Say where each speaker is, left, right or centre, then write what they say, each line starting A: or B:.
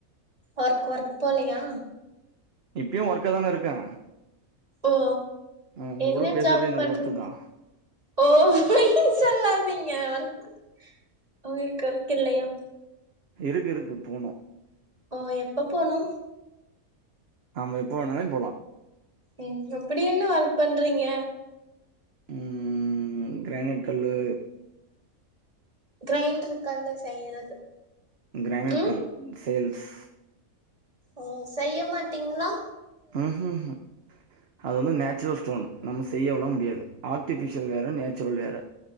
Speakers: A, on the right; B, on the right.
A: ஒர்க் ஒர்க் போலயா
B: இப்பயு ஒர்க்கா தான இருக்கே
A: ஓ
B: ம் உங்க
A: என்ன
B: கூட பேசுறதே
A: ஜாப்
B: எனக்கு
A: பன்றீங்க
B: ஒர்க்கு தா
A: ஓ பொய் சொல்லாதீங்க ஒர்க் அவங்களுக்கு ஒர்க் இல்லையா
B: இருக்கு இருக்கு போணு
A: ஓ எப்ப போணு
B: நாம எப்ப வேணாலு போலா
A: ம் அப்டி என்ன ஒர்க் பண்றீங்க
B: ம் கிரேனைட் கல்லு
A: கிரைண்டரு கல்லு செய்யறது
B: கிரானைட்
A: ம்
B: கல் சேல்ஸ்
A: ஓ செய்ய மாட்டீங்ளா
B: ம் ம் ம் அது வந்து நேச்சுரல் ஸ்டோனு நம்ம செய்யவலாம் முடியாது ஆக்டிஃபிஷியல் வேற நேச்சுரல் வேற